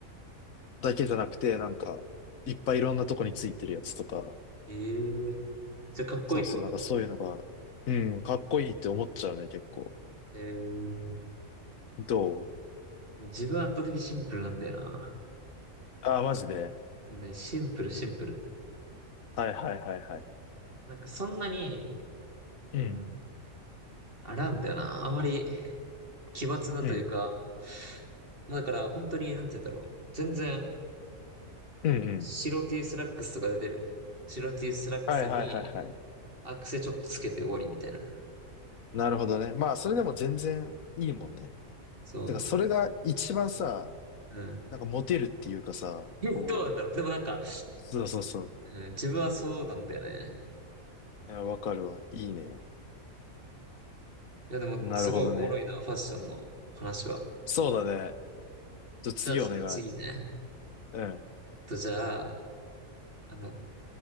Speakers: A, on the left; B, on the right.
A: だけじゃなくて、なんか、いっぱいいろんなとこについてるやつとか、
B: ええそれかっこいいってこと
A: そうそう、なんかそういうのが、うん、かっこいいって思っちゃうね、結構。
B: えー、
A: どう
B: 自分圧倒的シンプルなんだよな。
A: ああー、マジで。
B: もうね、シンプルシンプル。
A: はいはいはいはい。
B: なんかそんなに、
A: うん、
B: うん、あらんだよな。あまり奇抜なというか、
A: うん、
B: まあだから本当に、なんて言うんだろう。全然、
A: うん、うん。
B: 白 T スラックスとかで出る。白 T スラックスに
A: はいはいはいはい。
B: アクセちょっとつけて終わりみたいな。
A: なるほどね。まあ、それでも全然いいもんね。
B: そ
A: てか、それが一番さ、
B: う。うん。
A: なんかモテるっていうかさ、
B: <laughs>
A: こう、
B: どうなんだろう。でもなんか、
A: そうそうそう。
B: うん、自分はそうなんだよね。
A: いや、わかるわ。いいね。
B: いやでも、
A: なるほどね。
B: すごいおもろいな、ファッションの話は。
A: そうだね。じゃあ次お願い。
B: じゃあちょっと次ね。
A: うん。
B: えっと、じゃあ、あの、